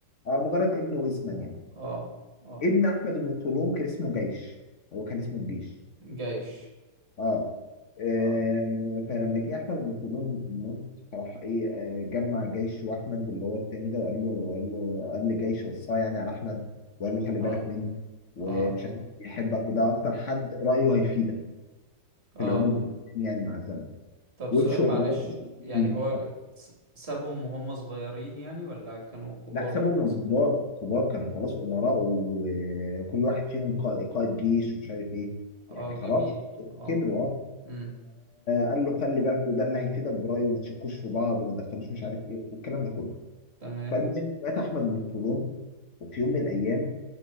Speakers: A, on the left; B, on the right.
A: اه مجرد ابنه اسما يعني
B: اه اه
A: ابن احمد بن طولون كان اسمه جيش هو كان اسمه الجيش
B: جيش
A: اه آه،
B: اه
A: فلما جه احمد بن طولون يموت راح ايه آه، جمع جيش واحمد اللي هو التاني ده وقال له قال له قال لجيش وصاه يعني على احمد وقال له خلي
B: اه
A: بالك مني ومش
B: اه
A: عارف يحبك وده اكتر حد رايه هيفيدك في
B: اه
A: العموم يعني مع الزمن
B: طب
A: وامشوا
B: سؤال معلش
A: وراك
B: يعني
A: دي.
B: هو س- سابهم وهم صغيرين يعني ولا كانوا كبار
A: لا سابهم
B: وخلاص؟
A: لما كبار كبار كانوا خلاص امراء و- وكل واحد فيهم قا- قائد جيش ومش عارف ايه
B: اه
A: يعني
B: جميل
A: خلاص
B: اه
A: كبروا اه
B: امم
A: فقال له خلي بالك وده اللي هيفيدك برايه وما تشكوش في بعض وما تدخلوش مش عارف ايه والكلام ده كله
B: تمام
A: فالمهم مات احمد بن طولون وفي يوم من الايام